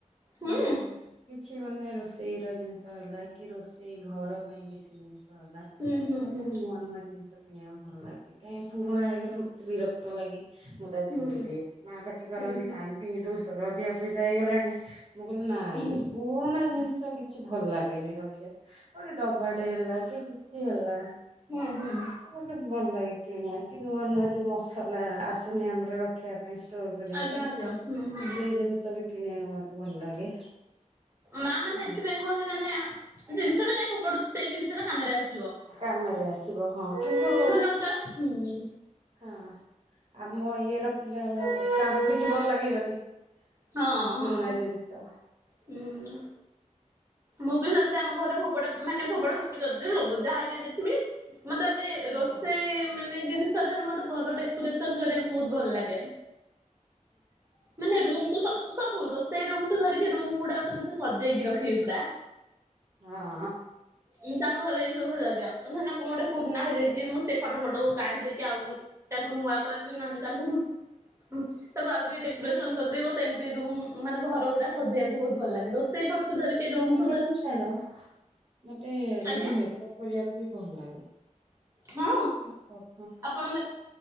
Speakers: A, on the right; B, on the right.
A: ହୁଁ
B: ଯଉ କିଛି ମାନେ ରୋଷେଇ ର ଜିନିଷ ହେଲା କି ରୋଷେଇ ଘର ପାଇଁ କିଛି ଜିନିଷ ହେଲା ମତେ
A: ହୁଁ ହୁଁ ହୁଁ
B: ସବୁ ନୂଆ ନୂଆ ଜିନିଷ କିଣିବା ଭଲ ଲାଗେ କାଇଁ ପୁରୁଣା ହେଇଗଲେ ତେ ବିରକ୍ତ ଲାଗି ମୁଁ ତାକୁ
A: ହୁଁ
B: ଫିଙ୍ଗି
A: ହୁଁ
B: ଦିଏ ମା ପାଟି କରନ୍ତି
A: ହୁଁ ହୁଁ
B: କାହିଁକି ପିଙ୍ଗି ଦଉଚୁ ତୋର ଅଧିକା ପଇସା ହେଇଗଲାଣି ମୁଁ କହିଲି ନାଇଁ
A: ହୁଁ
B: ପୁରୁଣା ଜିନିଷ କିଛି ଭଲ ଲାଗେନି ରଖିବା ଗୋଟେ ଡବାଟେ ହେଲା କି କିଛି ହେଲା
A: ହୁଁ ହୁଁ।
B: ମୋତେ ଭଲ ଲାଗେ କିଣିବା କି ନୂଆ ନୂଆ ଯୋଉ ମସଲା ଆସୁନି ଆମର ରଖିବା ପାଇଁ ଷ୍ଟୋର କରିବା
A: ଆଜ୍ଞା
B: ପାଇଁ
A: ଆଜ୍ଞା ହୁଁ ହୁଁ
B: ସେଇ ଜିନିଷ ବି କିଣିବାକୁ ମତେ ଭଲ ଲାଗେ।
A: ମା ମାନେ
B: ହଁ।
A: ଏଥିପାଇଁ କହନ୍ତି ମାନେ ଜିନିଷ ଟା କାଇହିଁ ଫୋପାଡୁଚୁ ସେଇ ଜିନିଷ ଟା କାମରେ ଆସ
B: କାମରେ ଆସିବ ହଁ କିନ୍ତୁ
A: ଧରିନିଅ କେତେବେଳେ ହୁଁ
B: ହଁ ଆମ ଇଏ ର ପିଲା ଗୁଡା ତାଙ୍କୁ କିଛି ଭଲ ଲାଗିବନି। ତାଙ୍କୁ
A: ହଁ
B: ପୁରୁଣା
A: ହଁ
B: ଜିନିଷ।
A: ହୁଁ ମୁଁ ବି ସେମିତି ଆମ ଘରେ ଫୋପଡା ମାନେ ଫୋପୋଡା ଫୋପିଡି କରଦିଏ ସବୁ ଯାହା ଟିକେ ଦେଖିବି ମତେ ଆଗେ
B: ହଁ
A: ରୋଷେଇ ମାନେ ଜିନିଷ ସେଠାରୁ ମତେ ଘର ଡେକୋରେସନ୍ କରିବାକୁ ବହୁତ ଭଲ ଲାଗେ। ମାନେ ରୁମ୍ କୁ ସବ ସବୁ ରୋଷେଇ ରୁମ୍ ଟୁ ଧରିକି ରୁମ୍ ଗୁଡା କେମିତି ସଜେଇକି ରଖିବି ପୁରା।
B: ହଁ।
A: ମୁଁ ତ ଆମ ଘରେ ଏଇ ସବୁ ଭଲ ଲାଗିବ ଧର ନିଅ କଣ ଗୋଟ ପୁଣା ହେଇଯାଇଚି ମୁଁ ସେ ଫଟ ଫଟ କୁ କାଢିଦେଇକି ଆଉ ତାକୁ ନୂଆ କରବିି ନହେଲେ ତାକୁ ଉଁ ତାକୁ ଆଉ ଟିକେ ଡେକୋରେସନ କରିଦେବି ମତେ ଏମିତି ରୁମ୍ ମାନେ ଘର ଗୁଡା ସଜେଇବାକୁ ବହୁତ ଭଲ ଲାଗେ ରୋସ୍ ସେଇ ଘର ଠୁ ଧରିକ ରୁମ୍
B: ରୋମ୍ ଛାଡ ମତେ
A: ଆଜ୍ଞା
B: ମତେ ମେକଅପ୍ କରିବାକୁ ବି ଭଲ ଲାଗେ।
A: ହଁ
B: ମେକଅପ
A: ଆପଣ ମେ